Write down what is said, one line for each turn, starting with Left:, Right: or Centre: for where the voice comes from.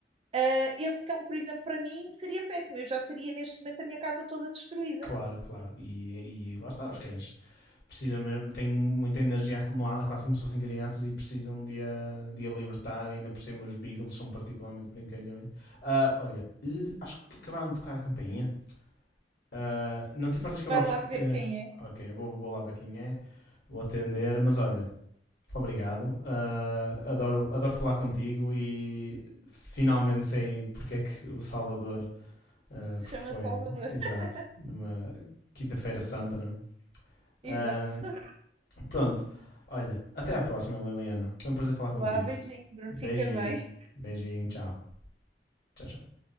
Right: uh, esse cão, por exemplo, para mim seria péssimo. Eu já teria neste momento a minha casa toda destruída.
Left: Claro, claro. E, e lá está, os cães precisam mesmo, têm muita energia acumulada, quase como se fossem crianças e precisam de a, de a libertar. E ainda por cima, os Beagles são particularmente brincalhões. Ah, olha, eh, acho que acabaram de tocar a campainha. Ah, não te importas que
Right: Vai
Left: eu vá buscar.
Right: lá ver
Left: eh,
Right: quem é.
Left: ok, eu vou, vou lá ver quem é, vou atender, mas olha. Obrigado, Ah, adoro, adoro falar contigo e finalmente sei porque é que o Salvador, ah,
Right: Se
Left: porque
Right: chama
Left: foi,
Right: Salvador.
Left: exato,
Right: <laughs>
Left: numa quinta-feira santa, não é?
Right: Exato.
Left: Ah, Pronto. Olha, até à próxima, Liliana. Foi um prazer falar
Right: Vá,
Left: contigo.
Right: beijinho, Bruno.
Left: Beijinho.
Right: Fica bem.
Left: Beijinho. Tchau. Tchau, tchau.